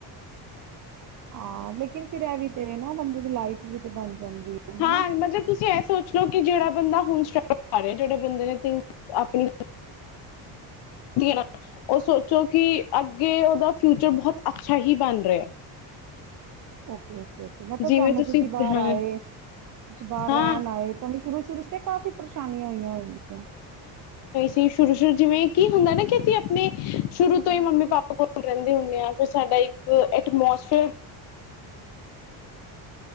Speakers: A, on the right; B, on the left.
A: ਹਾਂ, ਲੇਕਿਨ ਫਿਰ ਇਹ ਵੀ ਤੇਰੇ ਨਾ ਬੰਦੇ ਦੀ ਲਾਈਫ ਜੀ ਤੇ ਬਣ ਜਾਂਦੀ ਹੈ
B: ਹਾਂ
A: ਹਨਾ।
B: ਮਤਲਬ ਤੁਸੀਂ ਐ ਸ ਕਿਉੰਕਿ ਜਿਹੜਾ ਬੰਦਾ ਹੁਣ ਸਟ੍ਰੱਗਲ ਕਰ ਰਿਹਾ ਜਿਹੜੇ ਬੰਦੇ ਨੇ ਤਿਨ ਆਪਣੀ ਤੀ ਏ ਨਾ ਉਹ ਸੋਚੋ ਕਿ ਅੱਗੇ ਉਹਦਾ ਫਿਊਚਰ ਬਹੁਤ ਅੱਛਾ ਹੀ ਬਣ ਰਿਹਾ।
A: ਓਕੇ-ਓਕੇ-ਓਕੇ, ਮਤਲਬ
B: ਜਿਵੇਂ
A: ਤੁਹਾਨੂੰ ਤੁਸੀਂ ਬਾਹਰ
B: ਹਾਂ
A: ਆਏ ਤੁਸੀਂ ਬਾਹਰ
B: ਹਾਂ
A: ਰਹਿਣ ਆਏ ਤੁਹਾਨੂੰ ਸ਼ੁਰੂ-ਸ਼ੁਰੂ ਚ, ਤੇ ਕਾਫੀ ਪਰੇਸ਼ਾਨੀਆਂ ਹੋਈਆਂ ਹੋਣਗੀਆਂ।
B: ਸ਼ੁਰੂ-ਸ਼ੁਰੂ ਜਿਵੇਂ ਕੀ ਹੁੰਦਾ ਨਾ ਕਿ ਅਸੀਂ ਆਪਣੇ ਸ਼ੁਰੂ ਤੋਂ ਹੀ ਮੰਮੀ ਪਾਪਾ ਕੋਲ ਰਹਿੰਦੇ ਹੁੰਨੇ ਆਂ ਫਿਰ ਸਾਡਾ ਇੱਕ ਐਟਮੋਸਟ